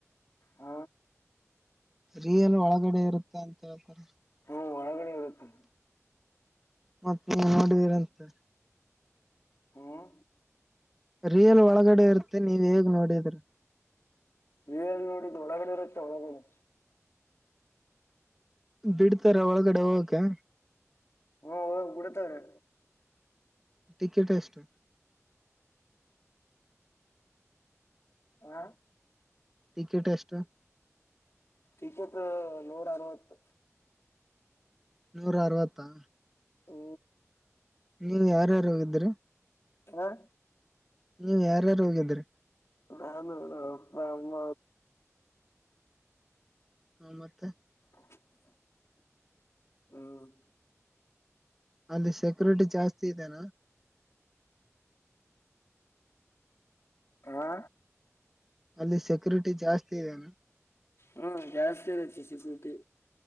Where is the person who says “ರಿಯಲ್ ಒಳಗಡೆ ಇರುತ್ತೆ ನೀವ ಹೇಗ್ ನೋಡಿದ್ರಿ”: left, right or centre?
Centre